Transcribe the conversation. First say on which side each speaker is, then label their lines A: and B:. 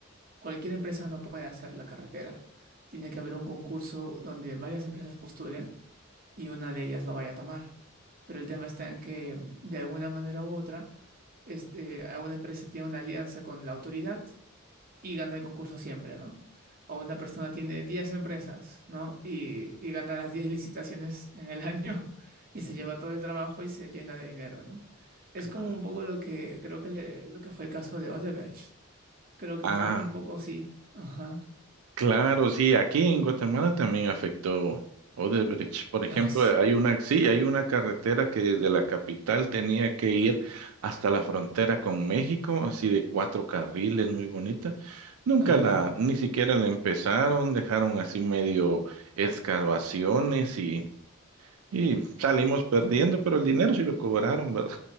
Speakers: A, on the right; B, on the right.
A: cualquier empresa no puede hacer la carretera. Tiene que haber un concurso donde varias empresas postulen y una de ellas lo vaya a tomar. Pero el tema está en que, de alguna manera u otra, este, alguna empresa tiene una alianza con la autoridad y gana el concurso siempre, ¿no? O una persona tiene 10 empresas, ¿no? Y, y gana las 10 licitaciones en el año <laughs> y se lleva
B: sí,
A: todo el trabajo y se llena de dinero, ¿no? Es
B: claro.
A: como un poco lo que creo que, le- lo que fue el caso de Odebrecht. Creo que
B: Ah.
A: fue un poco sí. Ajá.
B: Claro, sí, aquí en Guatemala también afectó Odebrecht. Por ejemplo,
A: Aso.
B: hay una, sí, hay una carretera que desde la capital tenía que ir hasta la frontera con México, así de cuatro carriles, muy bonita. Nunca
A: Ajá.
B: la, ni siquiera la empezaron, dejaron así medio excavaciones y, y salimos perdiendo, pero el dinero sí lo cobraron, ¿verdad?